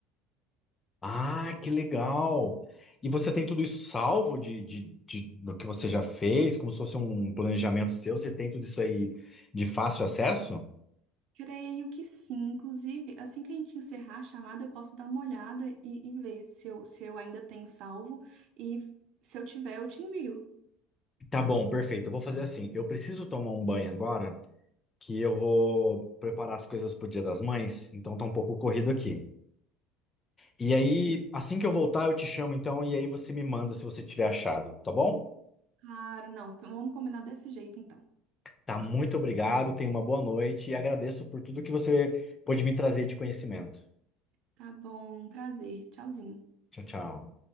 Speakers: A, on the left (about 20°); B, on the right (about 55°).
A: Ah, que legal! E você tem tudo isso salvo de, de, de- do que você já fez, como se fosse um planejamento seu? Você tem tudo isso aí de fácil acesso?
B: Creio que sim. Inclusive, assim que a gente encerrar a chamada, eu posso dar uma olhada e, e ver se eu, se eu ainda tenho salvo. E se eu tiver, eu te envio.
A: Tá bom, perfeito. Eu vou fazer assim. Eu preciso tomar um banho agora. que eu vou preparar as coisas pro Dia das Mães, então tá um pouco corrido aqui. E
B: Uhum.
A: aí, assim que eu voltar, eu te chamo então, e aí você me manda se você tiver achado, tá bom?
B: Claro, não. Vamos combinar desse jeito, então.
A: Tá, muito obrigado, tenha uma boa noite e agradeço por tudo que você pôde me trazer de conhecimento.
B: Tá bom, prazer. Tchauzinho.
A: Tchau, tchau.